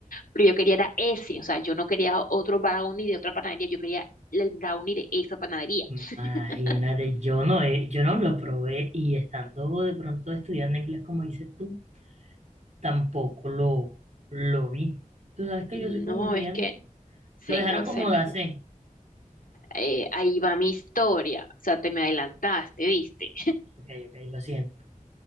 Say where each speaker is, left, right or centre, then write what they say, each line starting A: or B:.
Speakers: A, on the left (about 80°); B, on the right (about 55°).
A: Pero yo quería era ese, o sea, yo no quería otro brownie de otra panadería, yo quería el brownie de esa panadería.
B: imagínate,
A: <laughs>
B: yo no, he- yo no lo probé y estando de pronto estudiando inglés como dices tú, tampoco lo, lo vi. Tú sabes que
A: No,
B: yo soy como muy
A: es
B: anti.
A: que, sí,
B: Lo dejaron
A: yo
B: como
A: sé, mi
B: de
A: amor.
B: hacer.
A: Eh, ahí va mi historia, o sea, te me adelantaste, ¿viste?
B: Ok, ok, lo siento.